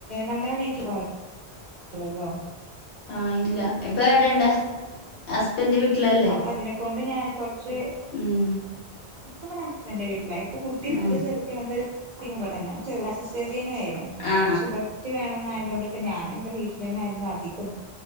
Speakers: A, on the right; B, on the left.
A: നമ്മളെ വീട്ടിൽ വളർന്ന ല്ലല്ലോ
B: ആഹ് ഇല്ല ഇപ്പ എവിടെണ്ട് ഹസ് എന്റെ വീട്ടിലല്
A: അപ്പൊ അതിനെക്കൊണ്ട് ഞാന് കൊറച്ച്
B: ഉം
A: ഇപ്പ ഇവിട ഹുസ്ബൻഡ്ന്റ വീട്ടിലായി. പ്പ കുട്ടി സ്കൂള്
B: ആ
A: ചേർത്തിയോണ്ട് ഇങ്ങുമ്പോ തന്നെ ചെറ സെസറിയൻ അയിനാ
B: ആ
A: പക്ഷ ട്ടി വേണം നായൊണ്ട് കൊണ്ട് ഇപ്പ ഞാന ഇവിടെ വീട്ടിൽന്നായിരുന്നു അധികം